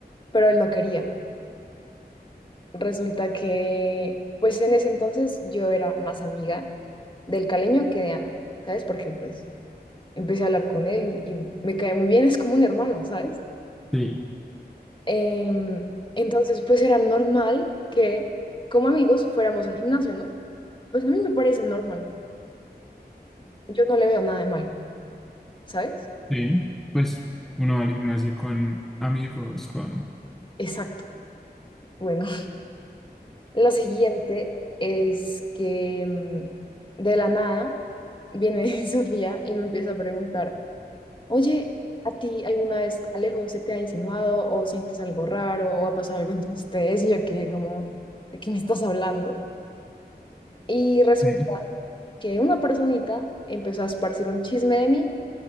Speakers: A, on the left; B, in the centre.
A: Pero él no quería. Resulta que, pues en ese entonces yo era más amiga del caleño que de Ana, ¿sabes? Porque pues empecé a hablar con él y, y me cae muy bien, es como un hermano, ¿sabes?
B: Sí.
A: Em, entonces, pues era normal que como amigos fuéramos al gimnasio, ¿no? Pues a mí me parece normal, yo no le veo nada de malo, ¿sabes?
B: Sí, pues uno va al gimnasio con amigos, con...
A: Exacto. Bueno, <laughs> lo siguiente es que em, de la nada viene <laughs> Sofía y me empieza a preguntar. Oye, ¿a ti alguna vez Alejo se te ha insinuado o sientes algo raro o ha pasado algo entre <laughs> ustedes? Y yo que como, ¿de qué me estás hablando? Y resulta
B: Sí,
A: que una personita empezó a esparcir un chisme de mí